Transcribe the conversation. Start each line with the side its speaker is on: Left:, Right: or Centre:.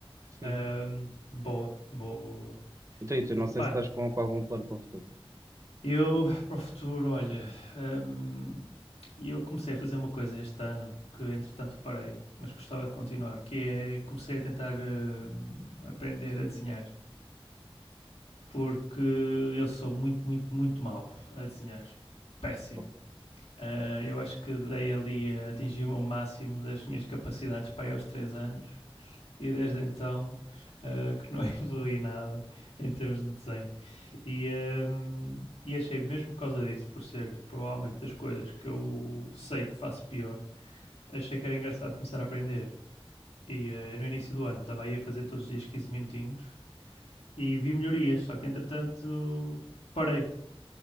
Right: Sim.
Left: Ahm, boa, boa, boa, boa.
Right: Então, e tu, não sei
Left: Opá,
Right: se estás com, com algum plano para o futuro.
Left: eu <laughs> para o futuro, olha, ahm, eu comecei a fazer uma coisa este ano que entretanto parei, mas gostava de continuar, que é comecei a tentar ahm, aprender a desenhar. Porque eu sou muito, muito, muito mau a desenhar. Péssimo.
Right: Ok.
Left: Ah, eu acho que dei ali, a atingi me ao máximo das minhas capacidades para aí aos 3 anos e desde então ah, que não <laughs> evolui nada em termos de desenho. E, ah, e achei, mesmo por causa disso, por ser provavelmente das coisas que eu sei que faço pior, achei que era engraçado começar a aprender. E ah, no início do ano estava aí a fazer todos os dias 15 minutinhos e vi melhorias, só que entretanto parei.